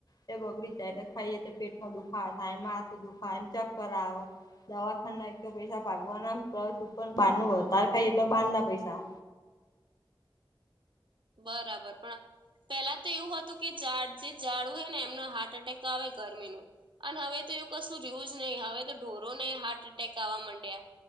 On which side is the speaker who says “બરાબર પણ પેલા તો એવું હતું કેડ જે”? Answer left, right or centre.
Right